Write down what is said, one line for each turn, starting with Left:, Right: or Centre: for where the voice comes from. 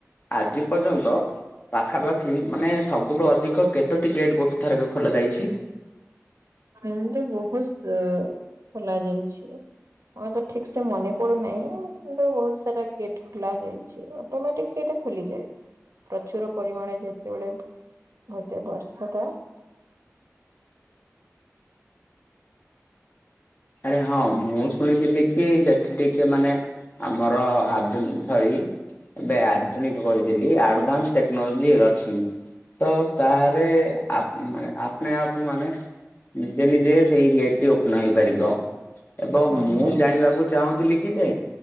Left: ଆଜି ପର୍ଯ୍ୟନ୍ତ ପାଖାପାଖି ମାନେ ସବୁଠୁ ଅଧିକ କେତୋଟି ଗେଟ୍ ଗୋଟେ ଥରକ ଖୋଲା ଯାଇଛି?
Right: ଏମିତି ବହୁତ ଖୋଲା ଯାଇଛି। ଆମେ ତ ଠିକ ସେ ମନେ ପଡୁନାହିଁ କିନ୍ତୁ ବହୁତ ସାରା ଗେଟ ଖୋଲା ଯାଇଛି ଅଟୋମେଟିକ ସେଟା ଖୋଲିଯାଏ, ପ୍ରଚୁର ପରିମାଣ ଯେତେବେଳେ ମୋତେ ବର୍ଷଟା
Left: ଆରେ ହଁ ମୁଁ ଶୁଣିଥିଲି କି ସେଠି ଟିକେ ମାନେ ଆମର ଆଧୁନ ସରି ଏବେ ଆଧୁ ଆଧୁନିକ କହିଥିଲି ଆଡଭାନ୍ସ ଟେକ୍ନୋଲୋଜି ଅଛି। ତ ତାରେ ଆପ ମାନେ ଆପନେ ଆପ ମାନେ ନିଜେ ନିଜେ ସେଇ ଗେଟ୍ ଟି ଓପନ ହେଇପାରିବ, ଏବଂ
Right: ହୁଁ
Left: ମୁଁ
Right: ହୁଁ
Left: ଜାଣିବାକୁ ଚାହୁଁଥିଲି କି ଯେ